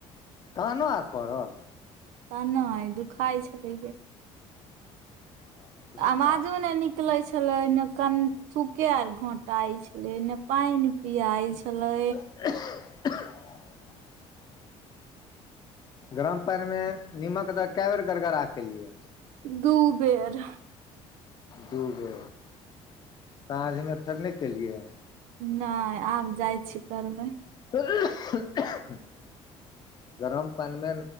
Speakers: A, on the left; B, on the right.
A: कानअ आर पड़ल
B: तऽ नइ दुखाइ छलै जे
A: बाप रे
B: अवाजो
A: बाप
B: नइ निकले छले नइ कन थूके आर घोटाइ छै ने नइ पियाइ छले
A: <unintelligible> गरम पानिमे निमक त क‌ए बेर गड़गड़ा केलियै
B: दु बेर
A: दू बे साँझमे फेर नहि कलियै
B: नहि आब जाइ छी करबै
A: तऽ <unintelligible> गरम पानिमे